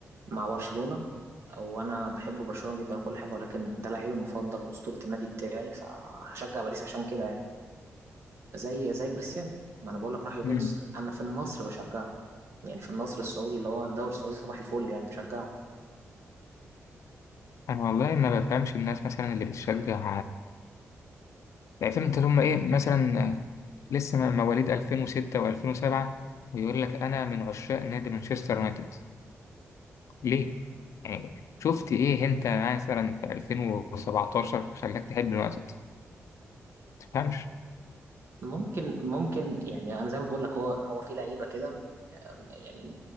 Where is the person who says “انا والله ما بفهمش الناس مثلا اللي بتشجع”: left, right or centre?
Left